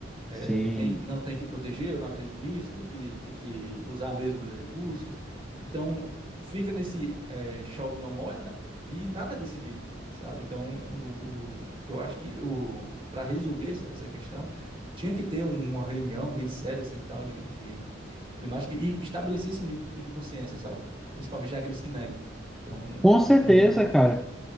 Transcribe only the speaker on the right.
é,
tem, não tem que proteger, eu não acredito nisso, tem que, tem que usar mesmo os recursos. Então, fica nesse é, chove não molha, né? E nada é decidido, sabe? Então, o, o- eu acho que o para resolver essa, essa questão, tinha que ter um, uma reunião bem séria, assim, tal, de, de climática e estabelecer esse nível de consciência, sabe? Principalmente daqueles que negam. Então,
é, é um... uma-